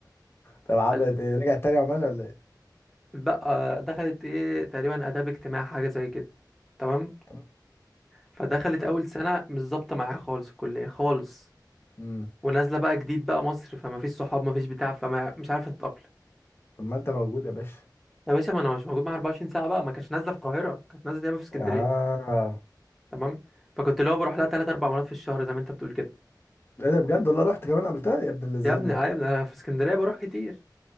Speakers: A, on the left; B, in the centre.
A: طب عملت
B: بل
A: ايه رجعت تاني عمان ولا ايه
B: بقى دخلت ايه تقريبا اداب اجتماع حاجه زي كده تمام.
A: طب
B: فدخلت اول سنه مش ظابطه معاها خالص الكليه خالص
A: امم
B: ونازله بقى جديد بقى مصر فما فيش صحاب ما فيش بتاع فما مش عارفه تتاقلم
A: طب ما انت موجود يا باشا
B: يا باشا ما انا مش موجود معاها 24 ساعه بقى ما كانتش نازله في القاهره كانت نازله دايما في اسكندريه
A: اه
B: تمام فكنت اللي هو بروح لها ثلاث اربع مرات في الشهر زي ما انت بتقول كده
A: ايه ده بجد والله رحت كمان قابلتها يا ابن اللذينه
B: يا ابني آه يا ابني انا في اسكندريه بروح كتير